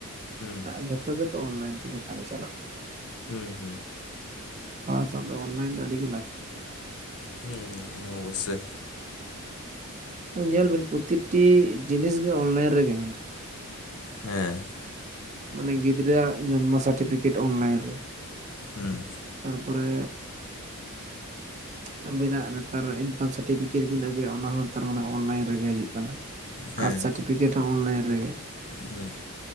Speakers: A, on the left; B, on the right.
A: ᱦᱩᱸ
B: ᱡᱷᱚᱛᱚ ᱜᱮᱛᱚ ᱚᱱᱞᱟᱭᱤᱱ ᱛᱮᱜᱮ ᱠᱟᱹᱢᱤ ᱪᱟᱞᱟᱜ ᱠᱟᱱᱟ
A: ᱦᱩᱸ ᱦᱩᱸ
B: ᱯᱟᱲᱦᱟᱣ ᱥᱟᱶ ᱫᱚ ᱚᱱᱞᱟᱭᱤᱱ ᱫᱚ ᱟᱹᱰᱤ ᱜᱮ ᱞᱟᱹᱠᱛᱤᱜ ᱠᱟᱱᱟ
A: ᱦᱩᱸ ᱚᱵᱚᱥᱚᱭ
B: ᱧᱮᱞ ᱵᱮᱱ ᱯᱚᱛᱤᱴᱤ ᱡᱤᱱᱤᱥ ᱜᱮ ᱚᱱᱞᱟ. ᱭᱤᱱ ᱨᱮᱜᱮ ᱢᱮᱱᱟᱜᱼᱟ᱾
A: ᱦᱮᱸ
B: ᱢᱟᱱᱮ ᱜᱤᱫᱽᱨᱟᱹᱦᱟᱜ ᱡᱚᱱᱢᱚ ᱥᱟᱴᱤᱯᱷᱤᱠᱮᱴ ᱚᱱᱞᱟᱭᱤᱱ ᱨᱮ᱾
A: ᱦᱩᱸ
B: ᱛᱟᱨ ᱯᱚᱨᱮ ᱟᱵᱤᱱᱟᱜ ᱛᱟᱨᱟ ᱤᱱᱠᱟᱢ ᱥᱟᱴᱤᱯᱷᱤᱠᱮᱴ ᱵᱤᱱ ᱟᱹᱜᱩᱭᱟ ᱚᱱᱟ ᱦᱚᱸ ᱛᱚᱨ ᱚᱱᱞᱟᱭᱤᱱ ᱨᱮᱜᱮ ᱦᱤᱡᱩᱜ ᱠᱟᱱᱟ
A: ᱦᱮᱸ
B: ᱠᱟᱥᱴᱥᱟᱴᱤᱯᱤᱠᱮᱴ ᱥᱟᱴᱤᱯᱤᱠᱮᱴ ᱦᱚᱸ ᱚᱱᱞᱟᱭᱤᱱ ᱨᱮᱜᱮ
A: ᱦᱩᱸ